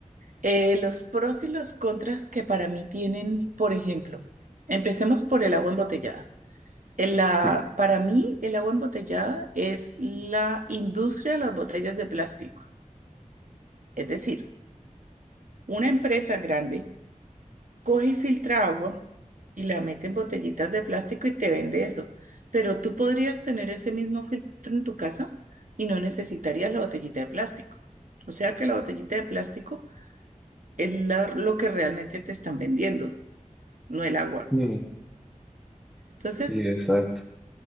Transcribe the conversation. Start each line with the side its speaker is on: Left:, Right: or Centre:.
Right: eh, los pros y los contras que para mí tienen, por ejemplo, empecemos por el agua embotellada. En la,
Centre: Sí.
Right: para mí, el agua embotellada es la industria de las botellas de plástico. Es decir, una empresa grande coge y filtra agua y la mete en botellitas de plástico y te vende eso. Pero tú podrías tener ese mismo filtro en tu casa y no necesitarías la botellita de plástico. O sea que la botellita de plástico es la- lo que realmente te están vendiendo, no el agua.
Centre: Sí.
Right: Entonces,
Centre: Sí, exacto.